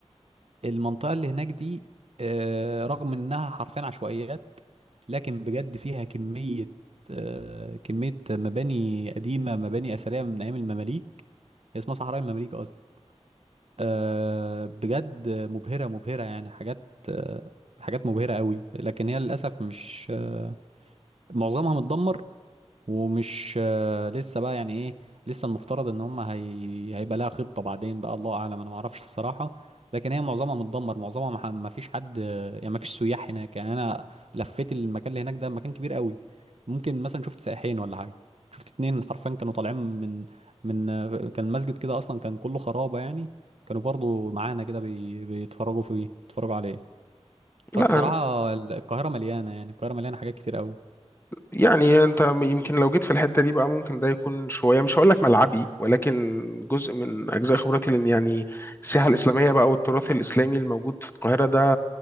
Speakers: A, on the right (about 65°); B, on the left (about 20°).
A: المنطقة اللي هناك دي آه، رغم إنها حرفيا عشوائيات لكن بجد فيها كمية آه، كمية مباني قديمة مباني أثرية من أيام المماليك هي اسمها صحراء المماليك أصلا آه، بجد مبهرة مبهرة يعني حاجات آه، حاجات مبهرة قوي لكن هي للأسف مش آه، معظمها متدمر ومش آه، لسه بقى يعني ايه لسه المفترض ان هم هي... هيبقى لها خطة بعدين بقى الله اعلم انا ما اعرفش الصراحة لكن هي معظمها متدمر معظمها ما ح- ما فيش حد يعني ما فيش سياح هناك يعني انا لفيت المكان اللي هناك ده مكان كبير قوي ممكن مثلا شفت سائحين ولا حاجة شفت اتنين حرفيا كانوا طالعين من من آه، كان المسجد كده اصلا كان كله خرابة يعني كانوا برضو معانا كده بي... بيتفرجوا فيه بيتفرجوا عليه
B: لا
A: فالصراحة القاهرة مليانة يعني القاهرة مليانة حاجات كتير قوي
B: يعني انت يمكن لو جيت في الحته دي بقى ممكن ده يكون شويه مش هقول لك ملعبي ولكن جزء من اجزاء خبرتي لان يعني السياحه الاسلاميه بقى والتراث الاسلامي الموجود في القاهره ده